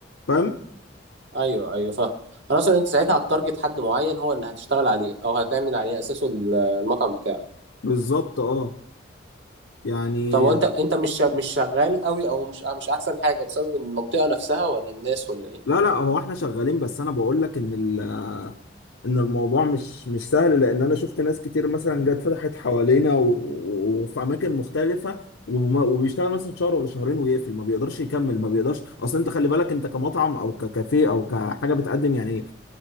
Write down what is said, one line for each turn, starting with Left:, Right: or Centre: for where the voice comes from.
Left: فاهم
Right: ايوه ايوه فاهم انا اقصد انت ساعتها هتارجت حد معين هو اللي هتشتغل عليه او هتعمل عليه اساسه ال- المطعم بتاعك
Left: بالظبط اه يعني
Right: طب وانت انت مش شا- مش شغال قوي او مش مش احسن حاجه بسبب المنطقه نفسها ولا الناس ولا ايه
Left: لا لا هو احنا شغالين بس انا بقول لك ان ال... ان الموضوع مش مش سهل لان انا شفت ناس كتير مثلا جت فتحت حوالينا و- و- وفي اماكن مختلفه وما- وبيشتغل مثلا شهر ولا شهرين ويقفل ما بيقدرش يكمل ما بيقدرش اصل انت خلي بالك انت كمطعم او ككافيه او كحاجه بتقدم يعني